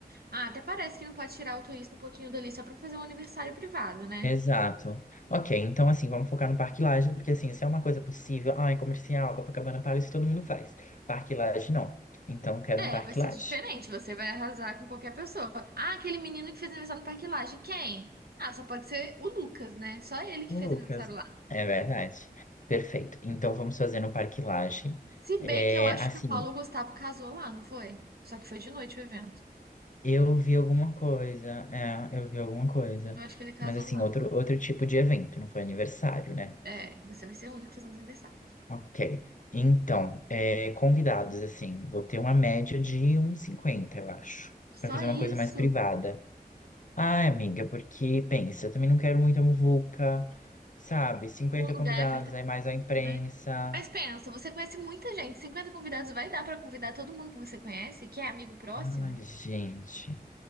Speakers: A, on the right; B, on the left.
A: Ah, até parece que não pode tirar o turista um pouquinho dali só para fazer um aniversário privado, né?
B: exato. Ok, então assim, vamos focar no Parque Lage, porque assim, se é uma coisa possível, ah, é comercial, Copacabana Palace, todo mundo faz. Parque Lage, não. Então, quero
A: É,
B: um Parque
A: vai ser
B: Lage.
A: diferente, você vai arrasar com qualquer pessoa. Ah, aquele menino que fez aniversário no Parque Lage, quem? Ah, só pode ser o Lucas, né? Só ele que
B: O
A: fez
B: Lucas,
A: aniversário lá.
B: é verdade. Perfeito. Então vamos fazer no Parque Lage.
A: Se
B: É,
A: bem que eu acho
B: assim,
A: que o Paulo Gustavo casou lá, não foi? Só que foi de noite o evento.
B: eu vi alguma coisa, é, eu vi alguma coisa,
A: Eu acho que ele casou
B: mas assim,
A: lá.
B: outro, outro tipo de evento, não foi aniversário, né?
A: É, você vai ser o único fazendo aniversário.
B: Ok. Então, é, convidados, assim, vou ter uma média de uns 50 eu acho,
A: Só
B: para fazer
A: isso.
B: uma coisa mais privada. Ai, amiga, porque pensa, eu também não quero muita muvuca, sabe? 50
A: O lugar
B: convidados,
A: é apertado,
B: aí mais a imprensa.
A: né? Mas pensa, você conhece muita gente, 50 convidados vai dar pra convidar todo mundo que você conhece, que é amigo próximo?
B: Ai, gente.